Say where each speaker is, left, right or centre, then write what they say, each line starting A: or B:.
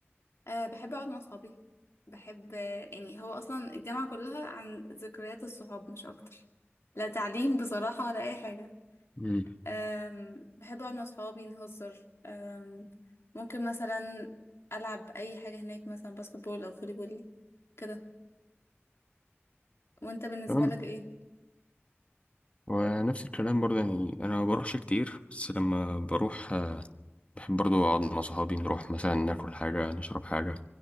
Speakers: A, on the left (about 75°); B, on the left (about 30°).
A: أه بحب أقعد مع صحابي بحب آه، يعني هو أصلا الجامعة كلها عن ذكريات الصحاب مش أكتر لا تعليم بصراحة ولا أي حاجة
B: مم.
A: أم بحب أقعد مع صحابي نهزر أم ممكن مثلا ألعب أي حاجة هناك مثلا باسكت بول أو فولي بول كده وأنت بالنسبة
B: تمام
A: لك إيه؟
B: ونفس الكلام برضه يعني انا ما بروحش كتير بس لما بروح آه، بحب برضه اقعد مع صحابي نروح مثلا ناكل حاجة نشرب حاجة